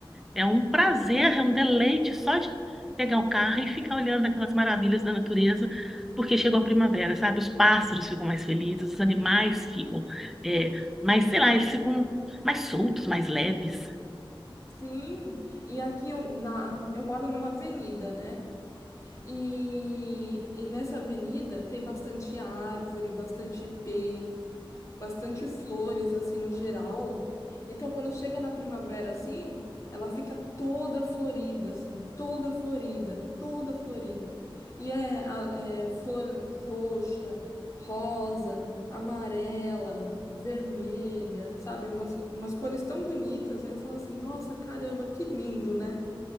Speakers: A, in the centre; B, on the left.
A: É um prazer,
B: <laughs> Sim,
A: é um deleite só de pegar o carro e ficar olhando aquelas maravilhas da natureza, porque chegou a primavera, sabe? Os pássaros ficam mais felizes, os animais ficam é, mais, sei lá, eles ficam mais soltos, mais leves.
B: Sim. e aqui eu, na, eu moro numa avenida, né? E, e nessa avenida tem bastante árvore, bastante ipê. bastante flores, assim, no geral. Então, quando chega na primavera, assim, ela fica toda florida, assim, toda florida, toda florida. E é, a- é flor roxa, rosa, amarela, vermelha, sabe? Umas, umas cores tão bonitas. Aí eu falo assim, nossa, caramba, que lindo, né?